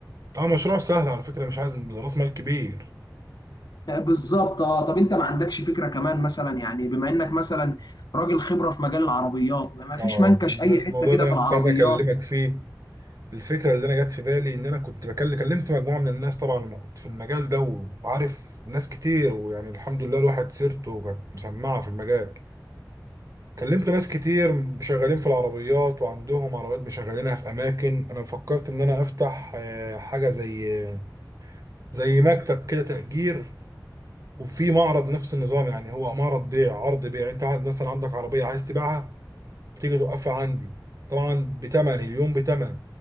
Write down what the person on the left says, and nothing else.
آه، بالظبط اه طب انت ما عندكش فكرة كمان مثلا يعني بما انك مثلا راجل خبرة في مجال العربيات ما فيش
منكش
اي
حتة كده
في
العربيات